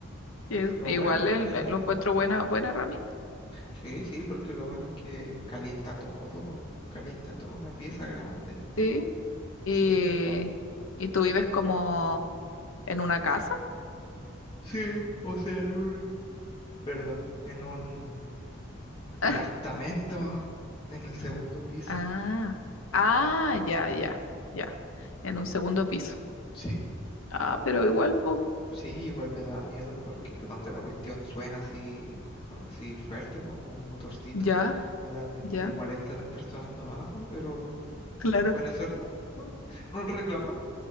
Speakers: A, on the left; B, on the left.
A: Y es-
B: lo
A: igual
B: bueno es
A: el-
B: que,
A: eh, lo encuentro buena, buena herramienta,
B: sí, sí, porque lo bueno es que calienta todo, pues, calienta toda una pieza grande.
A: sí. Y,
B: Sí,
A: y tú vives como en una casa.
B: sí, o sea, en un, perdón, en un departamento
A: <laughs>
B: en el segundo piso.
A: Ah, ah, ya, ya, ya. En un segundo piso.
B: Sí,
A: Ah, pero igual, pues,
B: Sí, igual me da miedo porque donde la cuestión suena así, como así fuerte, pues como un motorcito,
A: ya,
B: me da miedo
A: ya.
B: que moleste a las personas de abajo, pero
A: Claro.
B: al parecer no, no, <laughs> no reclama.